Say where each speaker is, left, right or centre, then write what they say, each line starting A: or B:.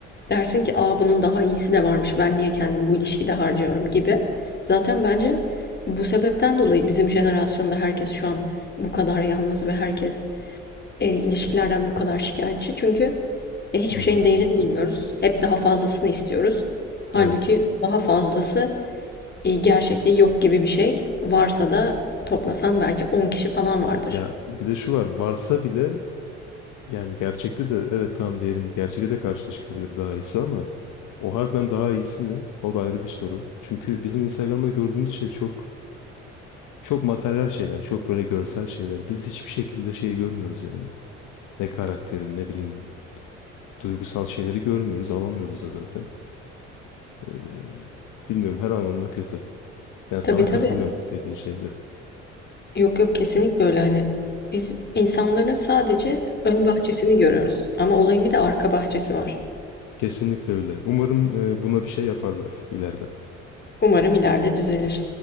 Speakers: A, on the left; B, on the left.
A: Dersin ki aa bunun daha iyisi de varmış. Ben niye kendimi bu ilişkide harcıyorum gibi. Zaten bence bu sebepten dolayı bizim jenerasyonda herkes şu an bu kadar yalnız ve herkes e, ilişkilerden bu kadar şikayetçi. Çünkü e, hiçbir
B: Hı hı.
A: şeyin değerini bilmiyoruz. Hep daha fazlasını istiyoruz. Halbuki
B: Evet.
A: daha fazlası e, gerçekte yok gibi bir şey. Varsa da toplasan belki 10 kişi falan vardır.
B: Ya bir de şu var varsa bile Yani gerçekte de evet tamam diyelim gerçekte de karşına çıkabilir daha iyisi ama o harbiden daha iyisi mi? O da ayrı bir soru. Çünkü bizim Instagram'da gördüğümüz şey çok çok materyal şeyler, çok böyle görsel şeyler. Biz hiçbir şekilde şeyi görmüyoruz yani. Ne karakterin, ne bileyim duygusal şeyleri görmüyoruz, alamıyoruz da zaten. Ee, bilmiyorum her anlamda kötü. Yani sana
A: Tabii tabii.
B: katılıyorum dediğin şeyde.
A: Yok yok kesinlikle öyle hani. Biz insanların sadece ön bahçesini görüyoruz. Ama olayın bir de arka bahçesi var.
B: Kesinlikle öyle. Umarım e, buna bir şey yaparlar ileride.
A: Umarım ileride düzelir.